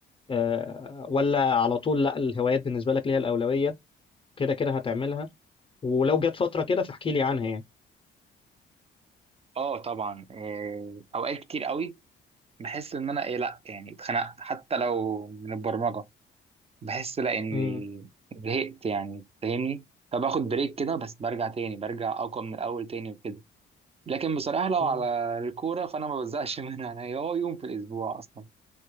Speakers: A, on the left; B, on the right.
A: آه ولا على طول لا الهوايات بالنسبه لك ليها الاولويه كده كده هتعملها ولو جت فترة كده فاحكي لي عنها يعني
B: اه طبعا إيه، اوقات كتير قوي بحس ان انا ايه لا يعني اتخنقت حتى لو من البرمجة بحس لا اني
A: امم
B: زهقت يعني فاهمني فباخد بريك كده بس برجع تاني برجع اقوى من الاول تاني وكده لكن بصراحه لو
A: مم.
B: على الكوره فانا ما بزهقش <laughs> منها انا هي هو يوم في الاسبوع اصلا